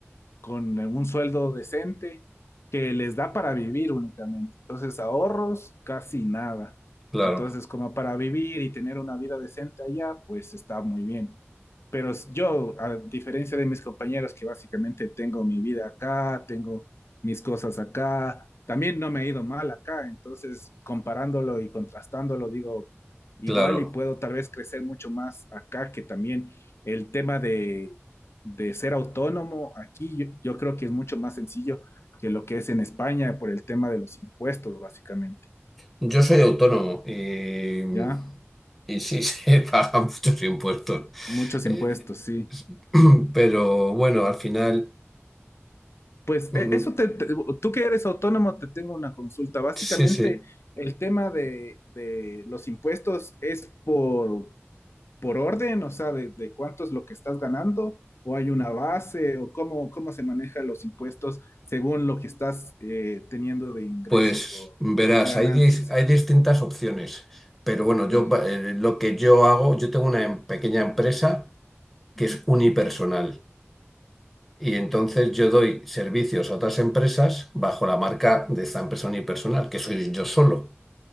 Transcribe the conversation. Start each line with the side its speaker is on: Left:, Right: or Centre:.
Left: con un sueldo decente que les da para vivir únicamente, entonces ahorros casi nada,
Centre: claro,
Left: entonces como para vivir y tener una vida decente allá, pues está muy bien. Pero yo, a diferencia de mis compañeros que básicamente tengo mi vida acá, tengo mis cosas acá, también no me ha ido mal acá, entonces comparándolo y contrastándolo, digo, igual
Centre: claro.
Left: y puedo tal vez crecer mucho más acá que también el tema de, de ser autónomo aquí, yo, yo creo que es mucho más sencillo que lo que es en España por el tema de los impuestos, básicamente,
Centre: Yo soy autónomo y,
Left: ¿ya?
Centre: y sí <laughs> se pagan muchos impuestos.
Left: Muchos
Centre: Eh,
Left: impuestos, sí.
Centre: <clears throat> pero bueno, al final,
Left: Pues
Centre: mm,
Left: e- eso te, te- tú que eres autónomo, te tengo una consulta. Básicamente,
Centre: sí, sí,
Left: el tema de, de los impuestos es por, por orden, o sea, de, de cuánto es lo que estás ganando, o hay una base, o cómo, cómo se manejan los impuestos según lo que estás eh, teniendo de ingresos
Centre: pues
Left: o
Centre: verás,
Left: de ganancias.
Centre: hay, dis- hay distintas opciones. Pero bueno,
Left: Ya,
Centre: yo va- eh, lo que yo hago, yo tengo una em- pequeña empresa
Left: ya,
Centre: que es unipersonal. Y entonces yo doy servicios a otras empresas bajo la marca de esta empresa unipersonal, que soy yo solo.